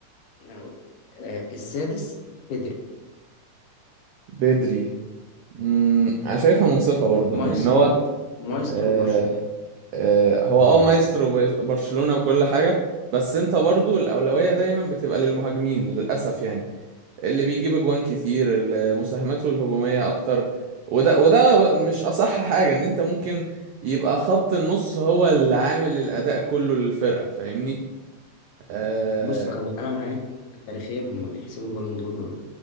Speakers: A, on the left; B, on the right.
A: انا بقول لك. آه السادس بيدري
B: بدري امم انا شايفها منصفة برضو ان
A: مايسترو
B: إن هو
A: مايسترو
B: آه،
A: برشلونه
B: آه،
A: بدون
B: هو اه
A: منافس
B: مايسترو بي- برشلونة وكل حاجة بس انت برضو الأولوية دايما بتبقى للمهاجمين للأسف يعني اللي بيجيب اجوان كتير اللي مساهماته الهجومية أكتر وده وده ب- مش أصح حاجة إن أنت ممكن يبقى خط النص هو اللي عامل الأداء كله للفرقة فاهمني؟ آه
A: بص هو انا معاك تاريخيا هم بيحسبوا البالون دور